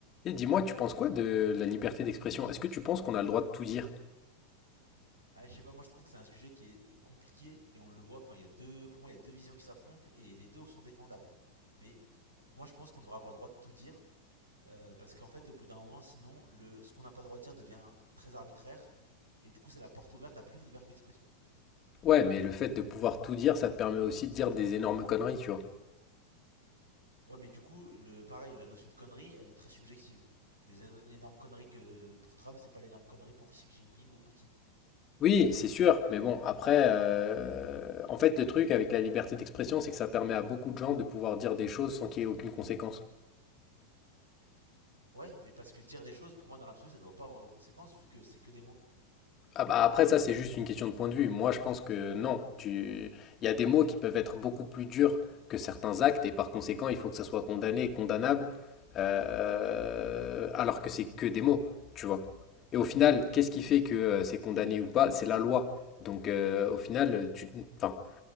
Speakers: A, on the left; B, on the right.
A: Et dis-moi, tu penses quoi de la liberté d'expression? Est-ce que tu penses qu'on a le droit de tout dire?
B: Ah, je sais pas, moi je trouve que c'est un sujet qui est compliqué et on le voit. Enfin, il y a deux, pour moi, il y a deux visions qui s'affrontent et les deux sont défendables. Mais moi, je pense qu'on devrait avoir le droit de tout dire euh, parce qu'en fait, au bout d'un moment, sinon, le, ce qu'on n'a pas le droit de dire devient très arbitraire et du coup, c'est la porte ouverte à plus de liberté d'expression.
A: Ouais, mais le fait de pouvoir tout dire, ça te permet aussi de dire des énormes conneries, tu vois.
B: Ouais, mais du coup, le pareil, la notion de connerie, elle est très subjective. Des éno- l'énorme connerie que pour Trump, c'est pas l'énorme connerie pour Xi Jinping ou Poutine.
A: Oui, c'est sûr, mais bon, après, euh, en fait, le truc avec la liberté d'expression, c'est que ça permet à beaucoup de gens de pouvoir dire des choses sans qu'il y ait aucune conséquence.
B: Ouais, mais parce que dire des choses, pour moi, dans l'absolu, ça doit pas avoir de conséquences vu que c'est que des mots.
A: Ah bah, après, ça, c'est juste une question de point de vue. Moi, je pense que non. Tu... Il y a des mots qui peuvent être beaucoup plus durs que certains actes, et par conséquent, il faut que ça soit condamné et condamnable, euh, alors que c'est que des mots, tu vois. Et au final, qu'est-ce qui fait que euh, c'est condamné ou pas? C'est la loi. Donc, euh, au final, tu, enfin,